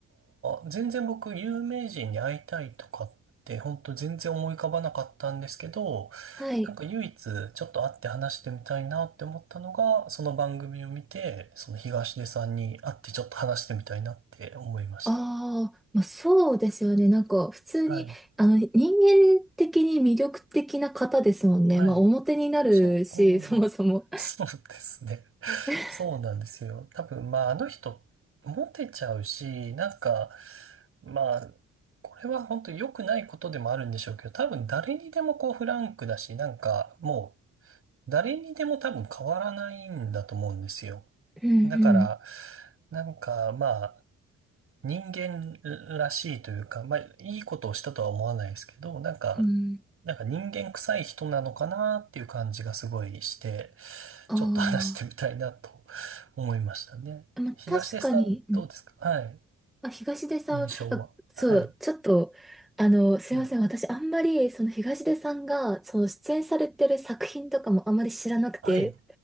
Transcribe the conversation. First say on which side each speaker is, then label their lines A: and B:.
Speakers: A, on the right; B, in the centre.
A: か、全然僕有名人に会いたいとかって本当全然思い浮かばなかったんですけど、
B: はい。
A: なんか唯一ちょっと会って話してみたいなって思ったのが、その番組を見て、その東出さんに会ってちょっと話してみたいなって思いましたね。
B: ああ、まあ、そうですよね。なんか、普通に、
A: はい。
B: あの、人間的に魅力的な方ですもんね。
A: はい。
B: まあ、表になるし、
A: そう、
B: <laughs> そもそも。
A: うん、そうですね。<laughs>
B: <laughs>
A: そうなんですよ。多分、まあ、あの人、モテちゃうし、なんか、まあ、これは本当に良くないことでもあるんでしょうけど、多分誰にでもこうフランクだし、なんかもう誰にでも多分変わらないんだと思うんですよ。
B: うんうん。
A: だから、なんかまあ、人間らしいというか、まあ、いいことをしたとは思わないですけど、なんか、
B: うん。
A: なんか人間臭い人なのかなっていう感じがすごいして、
B: あ
A: ちょっと話してみたいなと思いましたね。
B: あ。まあ、
A: 東出さん、
B: 確かに、うん
A: どうですかはい。
B: あ、東出さん、
A: 印象は。
B: あ、そう、
A: はい。
B: ちょっと、あの、すいません。
A: ええ
B: 私、あんまり、その東出さんが、その出演されてる作品とかもあんまり知らなくて、
A: は